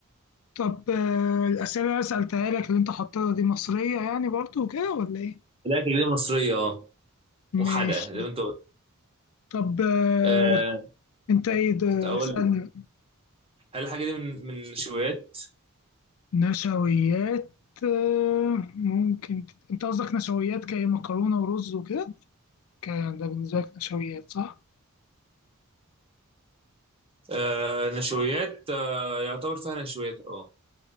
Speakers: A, on the left; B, on the right.
A: طب آه، الأسئلة اللي أنا سألتها لك اللي أنت حطيتها دي مصرية يعني برضو وكده ولا إيه؟
B: الاكل دي مصرية اه وحدة
A: ماشي
B: زي ما انت قلت
A: طب آه،
B: أه
A: انت ايه ده
B: اقول
A: اسألني
B: لك، هل الحاجة دي من من نشويات
A: نشويات آه، ممكن تت- انت قصدك نشويات كايه مكرونة ورز وكده كان ده بالنسبة لك نشويات صح
B: أه نشويات أه يعتبر فيها نشويات اه